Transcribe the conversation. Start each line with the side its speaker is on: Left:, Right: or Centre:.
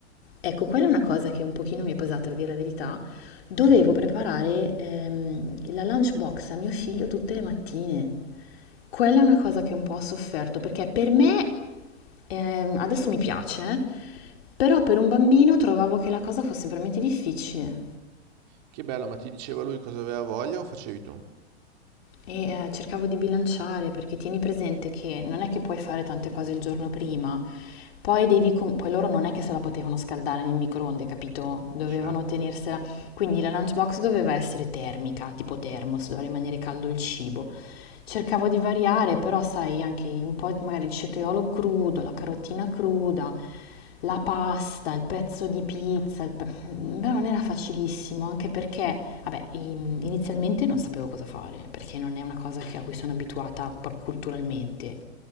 Left: Ecco, quella è una cosa che un pochino mi è pesata, a dire la verità. Dovevo preparare ehm, la lunchbox a mio figlio tutte le mattine. Quella è una cosa che un po' ho sofferto, perché per me ehm, adesso mi piace, però per un bambino trovavo che la cosa fosse veramente difficile.
Right: Che bello, ma ti diceva lui cosa aveva voglia o facevi tu?
Left: E eh, cercavo di bilanciare perché tieni presente che non è che puoi fare tante cose il giorno prima, poi devi com- poi loro non è che se la potevano scaldare nel microonde, capito? Dovevano
Right: Certo.
Left: tenersela. Quindi la lunchbox doveva essere termica, tipo thermos, doveva rimanere caldo il cibo. Cercavo di variare, però sai, anche un po' di- magari il cetriolo crudo, la carotina cruda, la pasta, il pezzo di pizza, il pe- però non era facilissimo, anche perché, vabbè, in- inizialmente non sapevo cosa fare, perché non è una cosa che- a cui sono abituata proprio culturalmente.